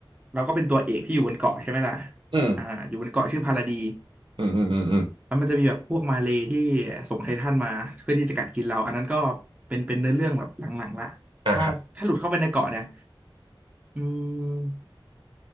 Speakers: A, on the right (about 15°); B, on the right (about 70°).
A: เราก็เป็นตัวเอกที่อยู่บนเกาะใช่ไหมล่ะ
B: อืม
A: อ่าอยู่บนเกาะชื่อพาราดี
B: อืมอืมอืมอืม
A: แล้วมันจะมีแบบพวกมาเลย์ที่ส่งไททันมาเพื่อที่จะกัดกินเรา อันนั้นก็เป็นเป็นเนื้อเรื่องแบบหลังๆละถ้าถ้าหลุดเข้าไปในเกาะเนี่ย
B: อ่าครับ
A: อืม